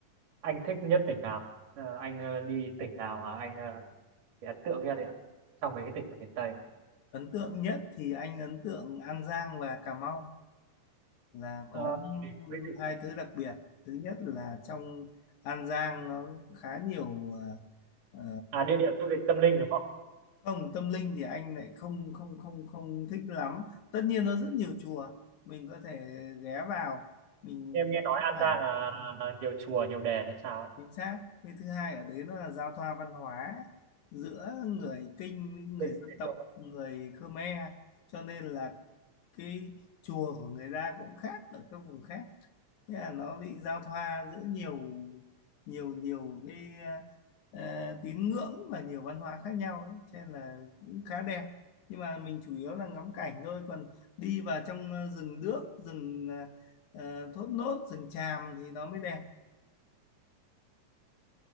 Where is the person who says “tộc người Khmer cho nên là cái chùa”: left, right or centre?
Left